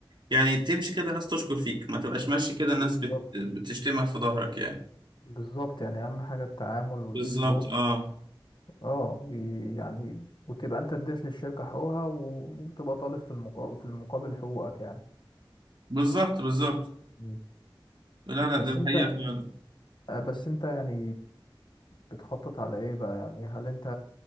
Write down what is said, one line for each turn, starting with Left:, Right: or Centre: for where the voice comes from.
Right: يعني تمشي كده الناس تشكر فيك ما تبقاش ماشي كده الناس
Left: بالظبط
Right: بت... بتشتمك في ظهرك يعني
Left: بالظبط يعني اهم حاجه التعامل والاسلوب
Right: بالظبط اه
Left: اه ويعني وتبقى انت اديت للشركة حقوقها و- وتبقى طالب في المقابل في المقابل حقوقك يعني
Right: بالظبط بالظبط
Left: مم.
Right: لا لا
Left: بس
Right: ده الحقيقة
Left: انت
Right: فعلا
Left: بس انت يعني بتخطط على ايه بقى يعني هل انت